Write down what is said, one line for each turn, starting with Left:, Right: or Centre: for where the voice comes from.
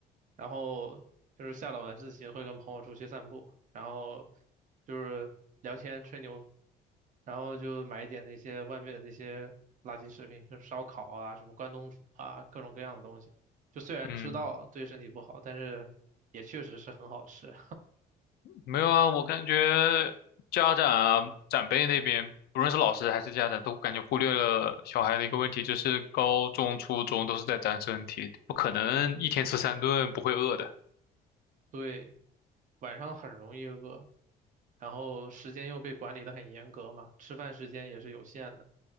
Right: 然后就是下了晚自习会跟朋友出去散步，然后就是聊天吹牛，然后就买一点那些外面的那些垃圾食品，就是烧烤啊、什么关东煮啊，各种各样的东西。就虽然知道对身体不好，
Left: 嗯，
Right: 但是也确实是很好吃。
Left: 没有啊，我感觉家长啊、长辈那边，不论是老师还是家长，都感觉忽略了小孩的一个问题，就是高中、初中都是在长身体，不可能一天吃三顿不会饿的。
Right: 对，晚上很容易饿，然后时间又被管理的很严格嘛，吃饭时间也是有限的，